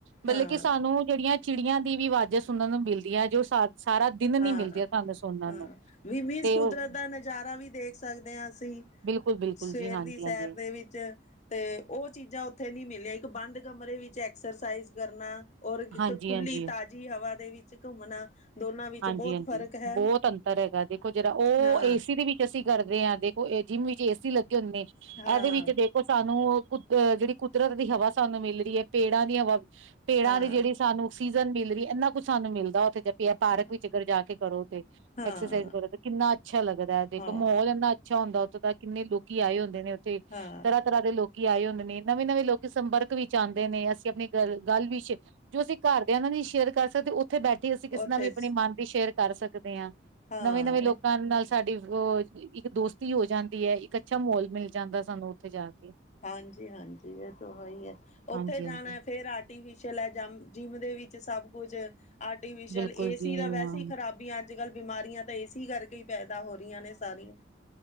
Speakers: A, on the right; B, on the left.
A: ਮਤਲਬ
B: ਹਾਂ
A: ਕਿ ਸਾਨੂੰ ਜਿਹੜੀਆਂ ਚਿੜੀਆਂ ਦੀ ਵੀ ਅਵਾਜ਼ਾ ਸੁਣਨ ਨੂੰ ਮਿਲਦੀਆਂ ਜੋ ਸ ਸਾਰਾ ਦਿਨ
B: ਹਾਂ
A: ਨੀ ਮਿਲਦੀਆਂ ਸਾਨੂੰ ਸੁਣਨ
B: ਹਾਂ
A: ਨੂੰ
B: ਵੀ ਵੀਜ਼
A: ਤੇ
B: ਕੁਦਰਤ
A: ਉਹ
B: ਦਾ ਨਜ਼ਾਰਾ ਵੀ ਦੇਖ ਸਕਦੇ ਹਾਂ ਅਸੀਂ
A: ਬਿਲਕੁਲ ਬਿਲਕੁਲ
B: ਸਵੇਰ
A: ਜੀ ਹਾਂਜੀ
B: ਦੀ ਸੈਰ
A: ਹਾਂਜੀ
B: ਦੇ ਵਿੱਚ ਤੇ ਉਹ ਚੀਜ਼ਾਂ ਉੱਥੇ ਨੀ ਮਿਲੀਆਂ ਇੱਕ ਬੰਦ ਕਮਰੇ ਵਿੱਚ ਐਕਸਰਸਾਈਜ਼ ਕਰਨਾ ਔਰ ਇੱਕ
A: ਹਾਂਜੀ
B: ਕੁੁੱਲੀ
A: ਹਾਂਜੀ
B: ਤਾਜ਼ੀ ਹਵਾ ਦੇ ਵਿੱਚ ਘੁੰਮਣਾ ਦੋਨਾਂ ਵਿੱਚ
A: ਹਾਂਜੀ
B: ਬਹੁਤ
A: ਹਾਂਜੀ
B: ਫ਼ਰਕ ਹੈ
A: ਬਹੁਤ ਅੰਤਰ ਹੈਗਾ ਦੇਖੋ ਜਿਹੜਾ ਉਹ
B: ਹਾਂ
A: ਏਸੀ ਦੀ ਵੀ ਅਸੀਂ ਕਰਦੇ ਹਾਂ ਦੇਖੋ ਇਹ ਜਿੰਮ ਵਿੱਚ ਏ ਸੀਸੀ ਲੱਗੇ ਹੁੰਦੇ ਇਹਦੇ
B: ਹਾਂ
A: ਵਿੱਚ ਦੇਖ ਉਹ ਸਾਨੂੰ ਕੁ ਜਿਹੜੀ ਕੁਦਰਤ ਦੀ ਹਵਾ ਸਾਨੂੰ ਮਿਲ ਰਹੀ ਹੈ ਪੇੜਾਂ ਦੀ ਹਵਾ ਪੇੜਾਂ
B: ਹਾਂ
A: ਦੀ ਜਿਹੜੀ ਸਾਨੂੰ ਆਕਸੀਜਨ ਮਿਲ ਰਹੀ ਇੰਨਾ ਕੁਛ ਸਾਨੂੰ ਮਿਲਦਾ ਉੱਥੇ ਜ ਪ ਪਾਰਕ
B: ਹਾਂ
A: ਵਿੱਚ ਅੰਧਰ ਜਾ ਕੇ ਕਰੋ ਗੇ
B: ਹਾਂ
A: ਐਕਸਰਸਾਈ ਕਰੋ ਤੇ ਕਿੰਨਾ ਅੱਛਾ ਲੱਗਦਾ ਦੇਖੋ
B: ਹਾਂ
A: ਮਾਹੌਲ ਇੰਨਾ ਅੱਛਾ ਹੁੰਦਾ ਉੱਥੋਂ ਦਾ ਕਿੰਨੇ ਲੋਕੀ ਆਏ ਹੁੰਦੇ ਨੇ ਉੱਥੇ
B: ਹਾਂ
A: ਤਰ ਤਰ੍ਹਾਂ ਦੇ ਲੋਕੀ ਆਏ ਹੁੰਦੇ ਨੇ ਨਵੇਂ ਨਵੇਂ ਲੋਕ ਸੰਪਰਕ ਵਿੱਚ ਆਉਂਦੇ ਨੇ ਅਸੀਂ ਆਪਣੀ ਗ ਗੱਲ ਵੀ ਸ਼ੇਅਰ ਜੋ ਅਸੀਂ ਘਰਦਿਆਂ ਨਾਲ ਨਹੀਂ ਸ਼ੇਅਰ ਕਰ ਸਕਦੇ ਉੱਥੇ ਬੈਠੈ ਅਸੀਂ ਕਿਸੇ
B: ਉੱਥੇ
A: ਨਾਲ ਵੀ ਆਪਣੀ ਮਨ ਦੀ ਸ਼ੇਅਰ ਕਰ ਸਕਦੇ ਹਾਂ
B: ਹਾਂ
A: ਨਵੇਂ ਨਵੇਂ ਲੋਕਾਂ
B: ਇਹ
A: ਨਾਲ ਸਾਡੀ ਅ ਇੱਕ ਦੋਸਤੀ ਹੋ ਜਾਂਦੀ ਹੈ ਇੱਕ ਅੱਛਾ ਮੋਹਲ ਮਿਲ ਜਾਂਦਾ ਸਾਨੂੰ ਉੱਥੇ ਜਾ ਕੇ
B: ਹਾਂਜੀ-ਹਾਂਜੀ ਏ ਤੋ ਹੇਈ ਹੈ
A: ਹਾਂਜੀ-ਹਾਂਜੀ
B: ਉੱਥੇ ਜਾਣਾ ਫੇਰ ਆਟ ਆਰਟੀਫਿਸ਼ਲ ਜਮ ਜਿੰਮ ਦੇ ਵਿੱਚ ਸਭ ਕੁਛ ਆਰਟੀਫਿਸ਼ਲ
A: ਬਿਲਕੁਲ
B: ਏਸੀ
A: ਜੀ
B: ਦਾ
A: ਹਾਂ
B: ਵੈਸੇ ਹੀ ਖਰਾਬ ਵੀ ਅੱਜ ਕੱਲ ਬਿਮਾਰੀਆਂ ਤਾਂ ਏਸੀ ਕਰਕੇ ਹੀ ਪੈਦਾ ਹੋ ਰਈਆਂ ਨੇ ਸਾਰੀਆਂ